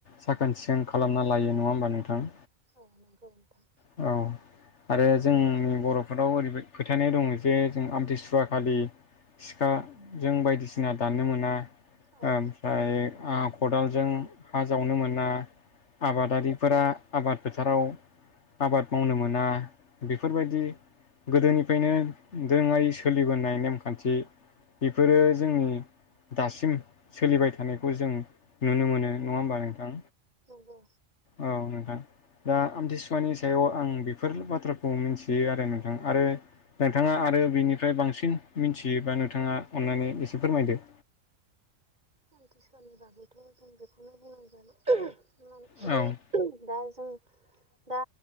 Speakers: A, on the left; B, on the right.
A: साखोन सिखोन खालामना लायो नङा होनबा नोंथां?
B: औ नोंगौ नोंथां
A: औ आरो जोंनि बर'फोरनाव ओरैबाय फोथायनाय दङ जे जों आमथिसुवा खालि सिखा जों बायदिसिना दाननो मोना
B: औ
A: ओमफ्राय आ खदालजों हा जावनो मोना आबादारिफोरा आबाद फोथाराव आबाद मावनो मोना बेफोरबायदि गोदोनिफायनो दोरोङारि सोलिबोनाय नेमखान्थि बेफोरो जोंनि दासिम सोलिबाय थानायखौ जों नुनो मोनो नङा होमबा नोंथां?
B: नंगौ
A: औ नोंथां दा आमथिसुवानि सायाव आं बेफोरल बाथ्राखौ मिथियो आरो नोंथां आरो नोंथाङा आरो बिनिफ्राय बांसिन मिन्थियोबा नोंथाङा अन्नानै एसे फोरमायदो
B: आमथिसुवनि बागैथ' जों बेखौनो बुंनांगोन <unintelligible>
A: औ
B: बे <unintelligible> दा जों दा